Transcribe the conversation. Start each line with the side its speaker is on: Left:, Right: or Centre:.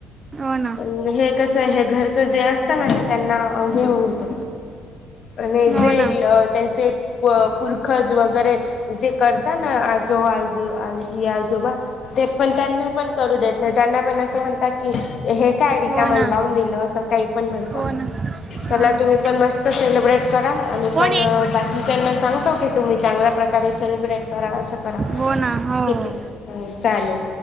Right: हो ना
Left: पण हे कसं आहे घर जे असतना ते त्यांना हे होत आणि
Right: हो
Left: जे
Right: ना
Left: त्यांचे पुरखज वगैरे जे करता ना आजोबा आजी आजोबा ते पण त्यांना पण करू देत नाही त्यांना पण असं म्हणतात की हे काय रिकामं
Right: हो ना
Left: लावून दिलं असं काही पण म्हणता
Right: हो ना
Left: चला
Right: हा
Left: तुम्ही पण मस्त सेलिब्रेट करा आम्ही
Right: कोण
Left: पण
Right: आहे?
Left: बाकीच्यांना सांगतो की तुम्ही चांगल्या प्रकारे सेलिब्रेट कराव असं करा
Right: हो ना हो
Left: ठीक
Right: हो
Left: आहे चालेल